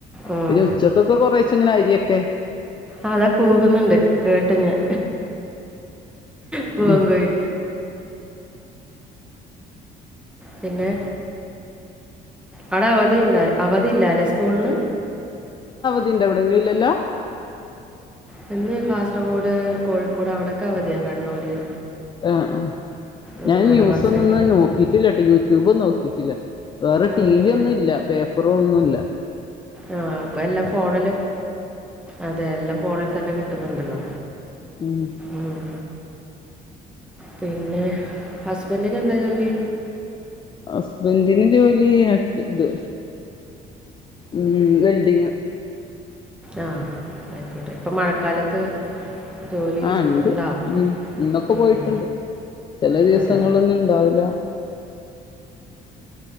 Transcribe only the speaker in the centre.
ഉം.
അതാ കൂകുന്നുണ്ട് കേട്ടു ഞാൻ പൂവങ്കോയി
പിന്നെ അവടെ അവധിണ്ടയ് അവധി ല്ലാല്ലെ സ്കൂൾന്
പിന്നെ കാസറ്ഓഡ് കോഴിക്കോട് അവിടൊക്കവധിയ കണ്ണൂര്
ഉം
മലബാർ
സൈഡില്.
ഉം.
ആ ഇപ്പാ എല്ലാം ഫോണില് അതെ എല്ലാം ഫോണിൽ തന്നെ കിട്ടുന്നുണ്ടല്ലൊ
ഉം പിന്നെ ഹസ്ബെൻ്റിന് എന്താ ജോലി
ആ അയ്ക്കോട്ടെ പ്പ മഴക്കാലത്ത് ജോലി
ഉണ്ടോ
ഉം,
അതെയോ